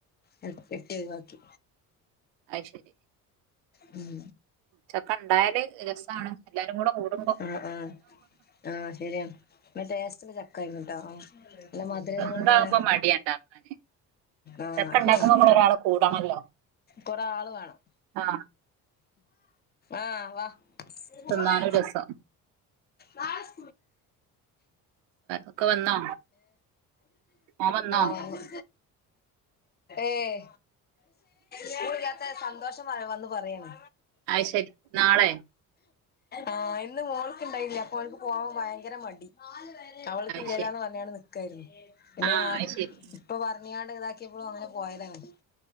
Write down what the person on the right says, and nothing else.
അയ്ശരി.
ചക്കണ്ടായാല് രസാണ്. എല്ലാരുകൂടെ കൂടുമ്പം
സ്വന്തമാകുമ്പോ മടിയുണ്ടാക്കാന്
ചക്ക
ഉണ്ടാക്കുമ്പോ നമ്മൾ ഒരാളെ കൂടണല്ലോ
ആ
തിന്നാനും
രസം
ഒക്കെ വന്നോ മോൻ വന്നോ
അത് ശരി നാളെ
അത് ശരി
ആ
അത് ശരി